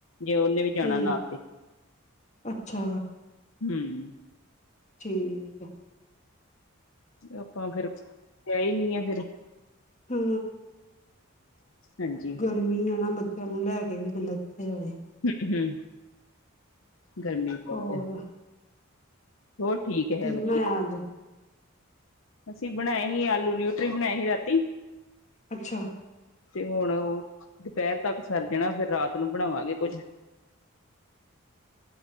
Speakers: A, on the left; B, on the left.
A: ਜੇ ਓਨੇ ਵੀ ਜਾਣਾ
B: ਹਮ
A: ਨਾ ਤੇ
B: ਅੱਛਾ
A: ਹੂੰ
B: ਠੀਕ ਐ
A: ਆਪਾਂ ਫਿਰ ਹੈ ਈ ਨੀ ਆ ਫਿਰ
B: ਹੂੰ
A: ਹਾਂਜੀ
B: ਗਰਮੀ ਐ ਨਾ ਬੱਚਾ ਨੂੰ ਲੈ ਕੇ ਵੀ ਬੰਦਾ ਕਿੱਥੇ ਜਾਵੇ
A: ਹੂੰ-ਹੂੰ ਗਰਮੀ ਬੋਤ
B: ਹੋਰ
A: ਐ ਹੋਰ ਠੀਕ ਹੈ
B: ਕੀ
A: ਵਧੀਆ
B: ਬਣਾਇਆ ਅੱਜ
A: ਅਸੀਂ ਬਣਾਏ ਸੀ ਆਲੂ ਨਿਊਟਰੀ ਬਣਾਏ ਸੀ ਰਾਤੀ
B: ਅੱਛਾ।
A: ਤੇ ਹੁਣ ਓ ਦੁਪੇਰ ਤੱਕ ਸਰ ਜਾਣਾ ਫਿਰ ਰਾਤ ਨੂੰ ਬਣਾਵਾਂਗੇ ਕੁੱਝ